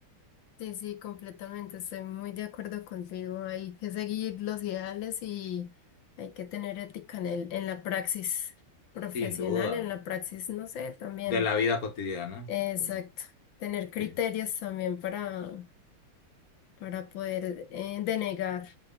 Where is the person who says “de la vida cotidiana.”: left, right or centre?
Left